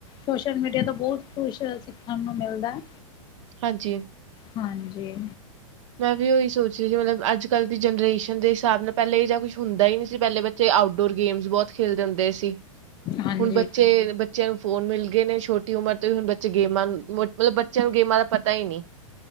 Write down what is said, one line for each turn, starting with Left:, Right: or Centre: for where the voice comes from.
Left: ਸੋਸ਼ਲ ਮੀਡੀਆ ਤੋਂ ਬਹੁਤ ਖੁਸ਼ ਸਿੱਖਣ ਨੂੰ ਮਿਲਦਾ ਹੈ
Right: ਹਾਂਜੀ
Left: ਹਾਂਜੀ
Right: ਮੈਂ ਵੀ ਉਹੀ ਸੋਚ ਰਹੀ ਸੀ ਮਤਲਬ ਅੱਜ ਕੱਲ੍ਹ ਦੀ ਜਨਰੇਸ਼ਨ ਦੇ ਹਿਸਾਬ ਨਾਲ ਪਹਿਲੇ ਇਹ ਜਾ ਕੁੱਛ ਹੁੰਦਾ ਹੀ ਨਹੀਂ ਸੀ ਪਹਿਲੇ ਬੱ ਤੇ ਆਊਟਡੋਰ ਗੇਮਸ ਬਹੁਤ ਖੇਲਦੇ ਹੁੰਦੇ ਸੀ
Left: ਹਾਂਜੀ
Right: ਹੁਣ ਬੱਚੇ ਬੱਚਿਆਂ ਨੂੰ ਫੋ਼ਨ ਮਿਲ ਗਏ ਨੇ ਛੋਟੀ ਉਮਰ ਤੋਂ ਵੀ ਹੁਣ ਬੱਚੇ ਗੇਮਾਂ ਨ ਮਤਲਬ ਬੱਚਿਆਂ ਨੂੰ ਗੇਮਾਂ ਦਾ ਪਤਾ ਹੀ ਨੀ